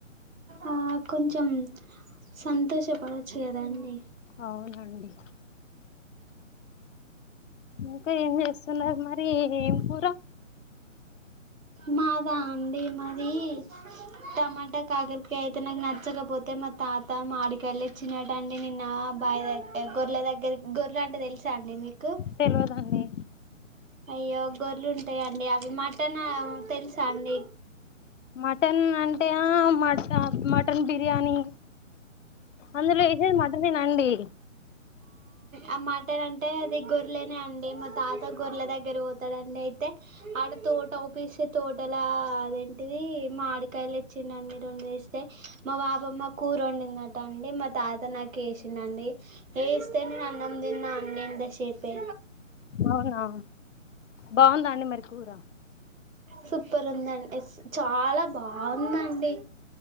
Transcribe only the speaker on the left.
అవునండి ఇంకా ఏం చెస్ స్తున్నారు మరి ఎం కూర
తెలవదండీ
మటన్ అంటే ఆ మట మటన్ బిర్యానీ అందులో ఏసేది మటనేనా అండి
అవునా బాగుందా అండి మరి కూర